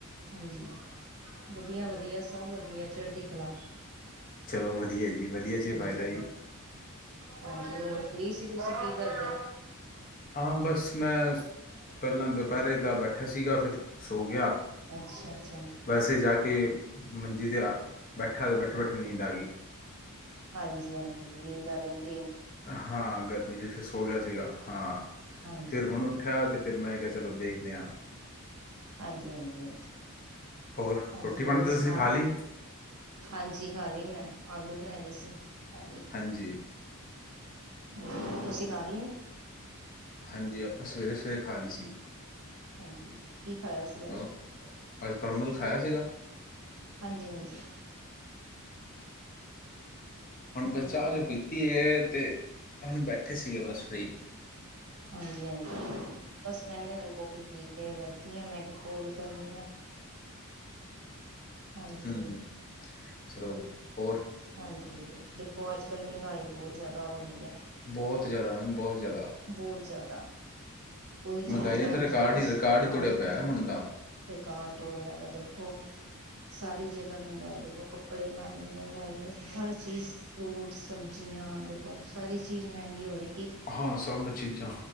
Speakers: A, on the right; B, on the left.
A: ਹਾਂਜੀ ਵਧੀਆ ਵਧੀਆ ਸਭ ਵਧੀਆ ਚੜ੍ਹਦੀ ਕਲਾ
B: ਚਲੋ ਵਧੀਆ ਜੀ ਵਧੀਆ 'ਚ
A: ਹਾਂਜੀ
B: ਫਾਇਦਾ ਜੀ
A: ਹਾਂਜੀ ਫ੍ਰੀ ਸੀ ਤੁਸੀਂ ਕੀ ਕਰਦੇ
B: ਹਾਂ ਬਸ ਮੈਂ ਪਹਿਲਾਂ ਦੁਪਹਿਰੇ ਦਾ ਬੈਠਾ ਸੀਗਾ ਫਿਰ ਸੋ ਗਿਆ
A: ਅੱਛਾ ਅੱਛਾ
B: ਵੈਸੇ ਜਾ ਕੇ ਮੰਜੀ ਤੇ ਆ ਬੈਠੇ ਉਥੇ ਬੈਠੇ ਬੈਠੇ ਨੀਂਦ ਆ ਗਈ
A: ਹਾਂਜੀ ਹਾਂਜੀ ਨੀਂਦ ਆ ਜਾਣੀ
B: ਹਾਂ ਗਰਮੀ ਚ ਫਿਰ ਸੋ ਗਿਆ ਸੀਗਾ ਹਾਂ
A: ਹਾਂਜੀ
B: ਫਿਰ ਹੁਣ
A: ਹਾਂਜੀ
B: ਉੱਠਿਆ ਤੇ ਫਿਰ ਮੈਂ ਕਹਿ ਚਲੋ ਦੇਖਦੇ ਹਾਂ
A: ਹਾਂਜੀ ਹਾਂਜੀ
B: ਹੋਰ
A: ਹਾਂਜੀ
B: ਰੋਟੀ ਪਾਣੀ
A: ਹੋਰ
B: ਤਾਂ ਤੁਸੀਂ
A: ਸੁਣਾਓ
B: ਖਾ ਲਈ
A: ਹਾਂਜੀ ਖਾਲੀ ਮੈਂ ਆਲੂ ਬਣਾਏ ਦੇ ਸੀ ਖਾਲੀ
B: ਹਾਂਜੀ
A: ਹਾਂਜੀ ਤੁਸੀਂ ਖਾ ਲਈਏ
B: ਹਾਂਜੀ ਆਪਾਂ ਸਵੇਰੇ ਸਵੇਰੇ ਖਾ ਲੀ ਸੀਗੀ
A: ਹਾਂਜੀ ਕੀ ਖਾਇਆ ਸੀ ਅੱਜ
B: ਉਹ ਅੱਜ ਪਰਮਲ ਖਾਇਆ ਸੀਗਾ
A: ਹਾਂਜੀ ਹਾਂਜੀ
B: ਹੁਣ
A: ਹੋਰ
B: ਬਸ ਚਾ ਚੁ ਪੀਤੀ ਹੈ ਤੇ ਹੁਣ ਬੈਠੇ ਸੀ ਠੀਕ ਹੈ ਬਸ ਫ੍ਰੀ
A: ਹਾਂਜੀ ਹਾਂਜੀ ਬਸ ਮੈਂ ਵੀ ਹੁਣ ਕਾਫੀ ਪੀ ਕੇ ਬੈਠੀ ਆ ਮੈਂ ਕਿਹਾ ਕੋਲ ਕਰਨੀ ਆ ਹਾਂਜੀ
B: ਹੂੰ ਚਲੋ ਹੋਰ
A: ਹਾਂਜੀ ਹਾਂਜੀ ਦੇਖੋ ਅੱਜ ਕਲ ਮਹਿੰਗਾਈ ਬਹੁਤ ਜਿਆਦਾ ਹੋ ਰਹੀ ਹੈ
B: ਬਹੁਤ ਜ਼ਿਆਦਾ ਮੈਮ ਬਹੁਤ ਜ਼ਿਆਦਾ
A: ਬਹੁਤ ਜ਼ਿਆਦਾ ਉਹੀ ਚੀਜ਼
B: ਮਹਿੰਗਾਈ ਨੇ
A: ਲੈਣ
B: ਤਾਂ ਰਿਕਾਰਡ
A: ਜਾਓਸ
B: ਹੀ ਰਿਕਾਰਡ ਹੀ ਤੋੜਿਆ
A: ਹਾਂਜੀ
B: ਪਿਆ
A: ਹਾਂਜੀ
B: ਹੈ ਹੁਣ ਦਾ
A: ਰਿਕਾਰਡ ਟੋਲਿਆਂ ਦੈ ਦੇਖੋ ਸਾਰੀ ਜਗ੍ਹਾ ਮਹਿੰਗਾਈ ਦੇਖੋ ਕੱਪੜੇ ਦਾਨ ਵੀ ਮਹਿੰਗਾਈ ਹੈ ਹਰ ਚੀਜ਼ ਫਰੂਟ ਸਬਜ਼ੀਆਂ ਦੇਖੋ ਸਾਰੀ ਚੀਜ਼ ਮਹਿੰਗੀ ਹੋ ਰਹੀ
B: ਹਾਂ ਸਭ ਚੀਜ਼ਾਂ